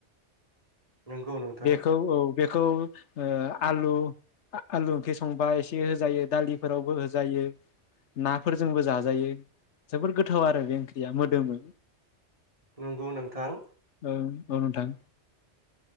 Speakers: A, on the right (about 30°); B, on the left (about 75°).
A: नंगौ नोंथां
B: बेखौ औ बेखौ ओ आलु आलु ओंख्रि संबा एसे होजायो दालिफोरावबो होजायो नाफोरजोंबो जाजायो जोबोर गोथाव आरो बे ओंख्रिया मोदोमो
A: नंगौ नोंथां
B: औ औ नोंथां